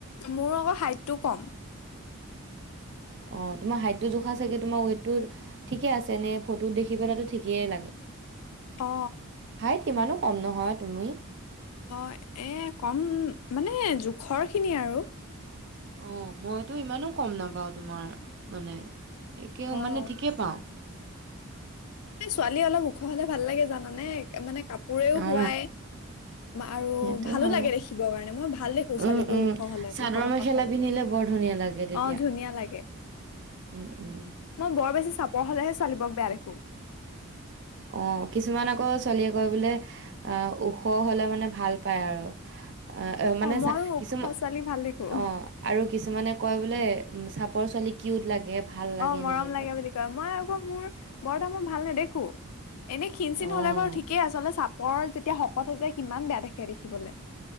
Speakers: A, on the left; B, on the right.
A: মোৰ অকল হাইটটো কম।
B: অ তোমাৰ হাইটটো জোখা চাগে তোমাৰ ৱেটটো ঠিকে আছে নে ফটোত দেখি পেলাতো ঠিকেই লাগে।
A: অ
B: ত ইমানো কম নহয় তুমি।
A: অ এ কম মানে জোখৰ খিনি আৰু।
B: অ মইতো ইমানো কম নাপাও তোমাৰ মানে। একে
A: অ'
B: মানে ঠিকেই পাওঁ।
A: ছোৱালী অলপ ওখ হলে ভাল লাগে জানানে মানে। কাপোৰেও
B: অ
A: শোৱাই আৰু
B: সেইটো
A: ভালো
B: হয়
A: লাগে দেখিবৰ কাৰণে মই ভাল দেখো ছোৱালীবোৰ
B: উম উম
A: ওখ হলে
B: চাদৰ
A: ওখ পাখৰ
B: মেখেলা
A: ছোৱালীবোৰ
B: পিন্ধিলে বৰ ধুনীয়া লাগে তেতিয়া
A: অ ধুনীয়া লাগে
B: উম উম
A: মই বৰ বেছি। চাপৰ হলেহে ছোৱালীবোৰক বেয়া দেখো।
B: অ কিছুমান আকৌ ছোৱালীয়ে লয় বোলে অ ওখ হলে মানে ভাল পায় আৰু অ মানে
A: মইও
B: চা কিছুমান
A: ওখ ছোৱালী ভাল দেখো
B: অ আৰু কিছুমানে কয় বোলে। চাপৰ ছোৱালী কিউত লাগে। ভাল লাগে
A: অ মৰম
B: এনেকে
A: লাগে বুলি কয় মই আকৌ মোৰ বৰ এতা মই ভাল নেদেখো। এনে ক্ষীণ চিন
B: অ
A: হলে বাৰু ঠিকেই আচলতে চাপ পৰ যেতিয়া শকত হৈ যায় কিমান বেয়া দেখে দেখিবলৈ